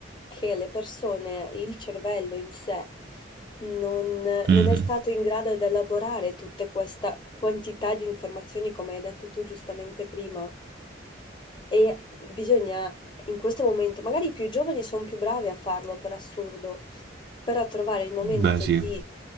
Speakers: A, on the left; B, on the right.
A: che le persone, il cervello in sé non, non
B: Mh-mh.
A: è stato in grado di elaborare tutta questa quantità di informazioni, come hai detto tu giustamente prima. E bisogna, in questo momento, magari i più giovani sono più bravi a farlo per assurdo, però trovare il momento
B: Beh sì.
A: di